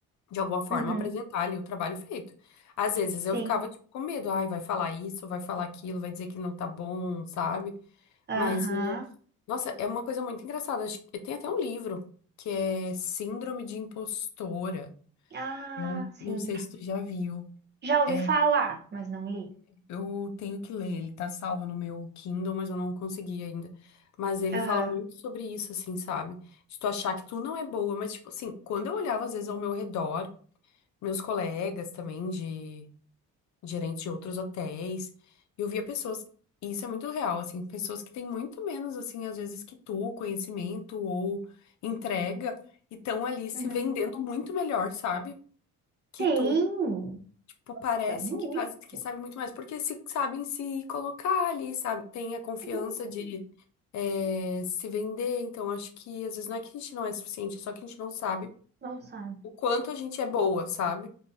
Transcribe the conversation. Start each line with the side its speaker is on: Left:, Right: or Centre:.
Left: de alguma forma,
Right: uhum,
Left: apresentar ali o trabalho feito. Às vezes eu
Right: sim,
Left: ficava, tipo, com medo. Ai, vai falar isso, vai falar aquilo, vai dizer que não tá bom, sabe?
Right: aham,
Left: Mas. eh, Nossa, é uma coisa muito engraçada. Acho que tem até um livro que é Síndrome de Impostora.
Right: ah,
Left: Não,
Right: sim.
Left: não sei se tu já viu.
Right: Já ouvi
Left: É,
Right: falar, mas não li.
Left: eu tenho que ler, ele tá salvo no meu Kindle, mas eu não consegui ainda. Mas ele
Right: Aham,
Left: fala muito sobre isso, assim, sabe? De tu achar que tu não é boa, mas, tipo, assim, quando eu olhava, às vezes, ao meu redor, meus colegas também de gerentes de outros hotéis. Eu via pessoas, e isso é muito real, assim, pessoas que têm muito menos, assim, às vezes que tu, conhecimento ou entrega, e estão ali se
Right: uhum.
Left: vendendo muito melhor, sabe? Que
Right: Tem,
Left: tu, tipo, parecem
Right: tá muito.
Left: que fazem, que sabem muito mais, porque se, sabem se colocar ali, sabe? Tem a confiança
Right: Sim,
Left: de eh, se vender, então acho que às vezes não é que a gente não é suficiente, é só que a gente não sabe
Right: não sabe.
Left: o quanto a gente é boa, sabe?